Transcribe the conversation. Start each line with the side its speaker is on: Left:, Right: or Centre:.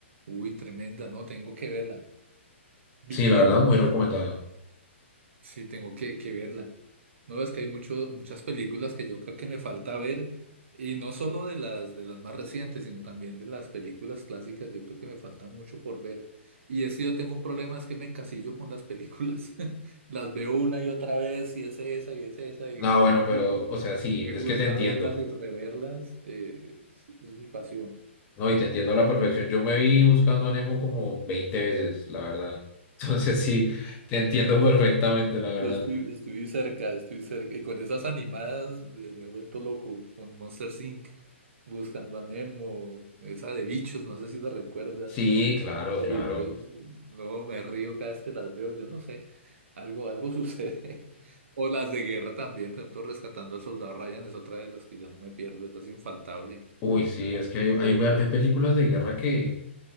Right: Uy, tremenda, no, tengo que verla. Big
Left: Sí, la
Right: Hero
Left: verdad, muy recomendada.
Right: Sí, tengo que, que verla. No, es que hay mucho, muchas películas que yo creo que me falta ver, y no solo de las, de las más recientes, sino también de las películas clásicas, yo creo que me falta mucho por ver. Y es que yo tengo un problema, es que me encasillo con las películas. <laughs> Las veo una y otra vez, y es esa, y es esa, y
Left: No,
Right: la
Left: bueno,
Right: repito.
Left: pero, o sea, sí,
Right: Me
Left: es
Right: gusta
Left: que te entiendo,
Right: verlas y reverlas, eh, es es mi pasión.
Left: ¿no? Y te entiendo a la perfección. Yo me vi buscando a Nemo como 20 veces, la verdad. <laughs> Entonces, sí, te entiendo perfectamente, la verdad.
Right: Yo estoy, estoy cerca, estoy cerca. Y con esas animadas eh, me he vuelto loco con Monster Inc. Buscando a Nemo, esa de bichos, no sé si la recuerdas.
Left: Sí, claro,
Right: La
Left: claro.
Right: de bichos, no me río cada vez que las veo, yo no sé. Algo, algo sucede. <laughs> O las de guerra también, por ejemplo, Rescatando al Soldado Ryan es otra de las que yo no me pierdo, esa es infaltable.
Left: Uy, sí,
Right: Cada
Left: es
Right: vez
Left: que
Right: que
Left: hay,
Right: puedo,
Left: hay, hay películas de guerra que